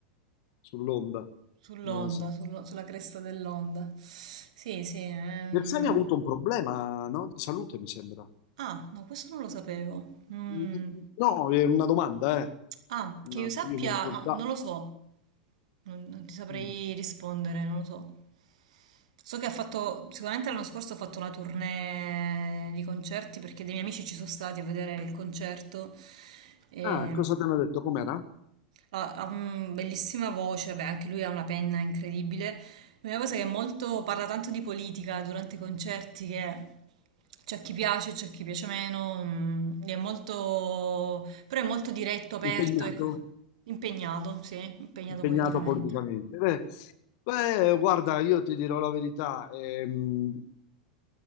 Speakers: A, on the left; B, on the right.
A: sull'onda.
B: sull'onda,
A: Non lo so.
B: sullo- sulla cresta dell'onda. Sì, sì. ehm.
A: Bersani ha avuto un problema, no? Di salute, mi sembra.
B: Ah, no, questo non lo sapevo. Mm.
A: Mm, No, è una domanda, eh.
B: Ah,
A: Una-
B: che io sappia,
A: Io mi ricordavo.
B: no, non lo so, non, non ti saprei
A: Mm.
B: rispondere, non lo so. So che ha fatto, sicuramente l'anno scorso ha fatto la tournée di concerti perché dei miei amici ci sono stati a vedere il concerto. E,
A: Ah, cosa ti hanno detto? Com'era?
B: ha, ha un- bellissima voce, beh, anche lui ha una penna incredibile. L'unica cosa che è molto, parla tanto di politica durante i concerti, che c'è chi piace, c'è chi piace meno, mm, è molto, però è molto diretto, aperto,
A: Impegnato?
B: ecco. Impegnato, sì, impegnato
A: Impegnato
B: politicamente.
A: politicamente. Beh, beh, guarda, io ti dirò la verità. ehm,